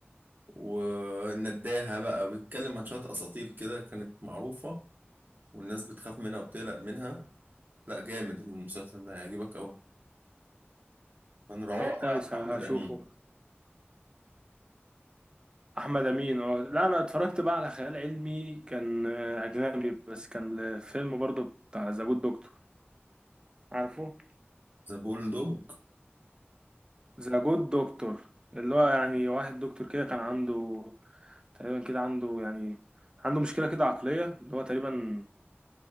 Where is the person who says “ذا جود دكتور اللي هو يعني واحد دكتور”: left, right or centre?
Right